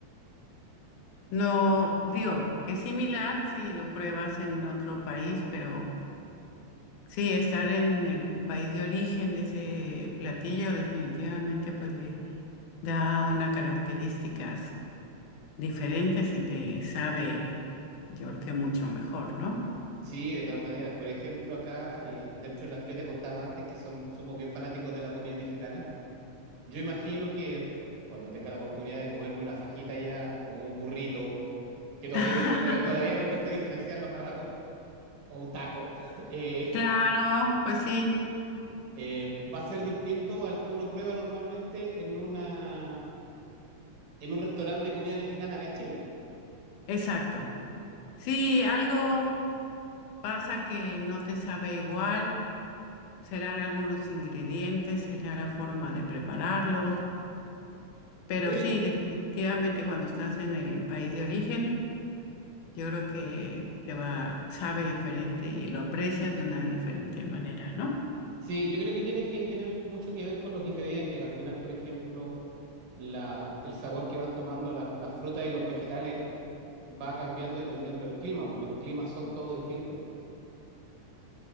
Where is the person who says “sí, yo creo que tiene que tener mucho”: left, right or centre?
Right